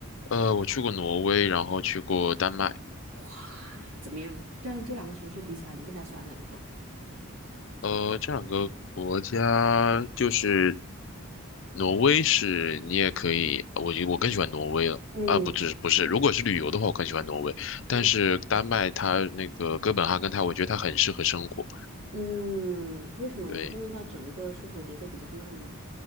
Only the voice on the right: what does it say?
哇，怎么样？这样这两个城市比起来，你更加喜欢哪一个？
嗯
嗯
嗯，为什么呢？
是因为它整个生活节奏比较慢吗？